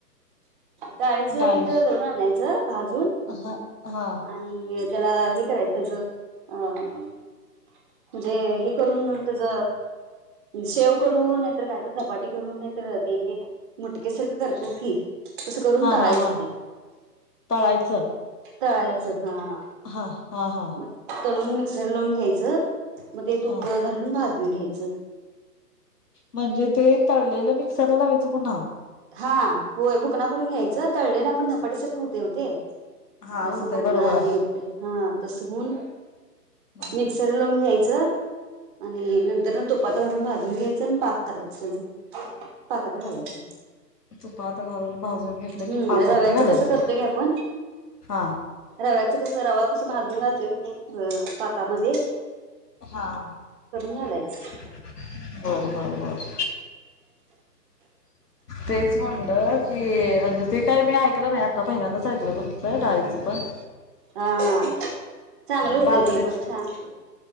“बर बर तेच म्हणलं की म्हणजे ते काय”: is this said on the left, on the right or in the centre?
Left